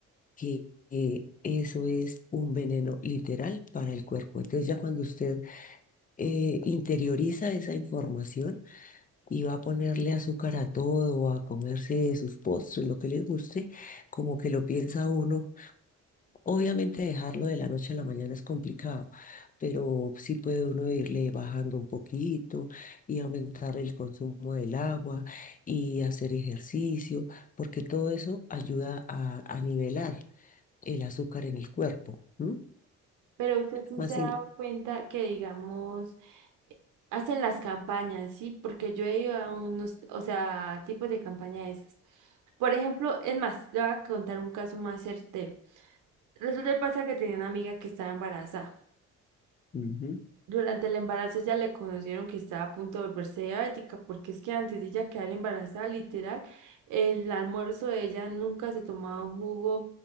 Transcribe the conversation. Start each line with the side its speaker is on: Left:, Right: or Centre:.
Left: que, que eso es un veneno literal para el cuerpo. Entonces ya cuando usted eh, interioriza esa información y va a ponerle azúcar a todo, a comerse sus postres, lo que le guste, como que lo piensa uno Obviamente dejarlo de la noche a la mañana es complicado, pero sí puede uno irle bajando un poquito y aumentar el consumo del agua y hacer ejercicio, porque todo eso ayuda a, a nivelar el azúcar en el cuerpo. ¿m?
Right: Pero usted sí
Left: Más
Right: se
Left: sin...
Right: ha dado cuenta que, digamos, Hacen las campañas, ¿sí? Porque yo he ido a unos, o sea, tipos de campaña de esas. Por ejemplo, es más, le voy a contar un caso más certero. Resulta y pasa que tenía una amiga que estaba embarazada.
Left: Ujú,
Right: Durante el embarazo ya le conocieron que estaba a punto de volverse diabética, porque es que antes de ella quedar embarazada, literal, el almuerzo de ella nunca se tomaba un jugo,